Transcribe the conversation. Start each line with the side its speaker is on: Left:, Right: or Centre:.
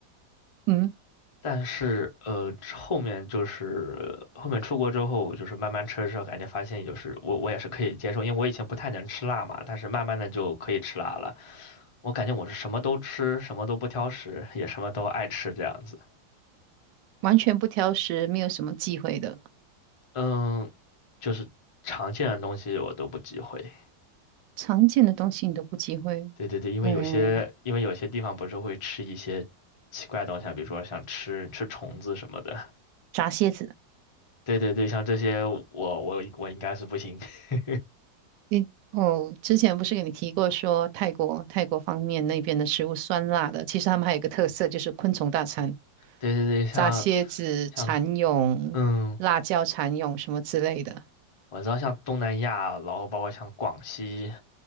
Right: 嗯，
Left: 但是呃后面就是后面出国之后，就是慢慢吃了之后，感觉发现就是我我也是可以接受，因为我以前不太能吃辣嘛，但是慢慢的就可以吃辣了。我感觉我是什么都吃，什么都不挑食，也什么都爱吃这样子。
Right: 完全不挑食，没有什么忌讳的，
Left: 嗯，就是常见的东西我都不忌讳。
Right: 常见的东西你都不忌讳，
Left: 对对对，因为有些因为有些地方不是会吃一些奇怪的东西啊比如说像吃吃虫子什么的。
Right: 嗯，炸蝎子。
Left: 对对对，像这些我我我应该是不行。<laughs>
Right: 你哦，之前不是给你提过说泰国泰国方面那边的食物酸辣的，其实他们还有一个特色就是昆虫大餐，
Left: 对对对，像
Right: 炸蝎子、
Left: 像
Right: 蚕蛹、
Left: 嗯，
Right: 辣椒蚕蛹什么之类的。
Left: 我知道像东南亚，然后包括像广西，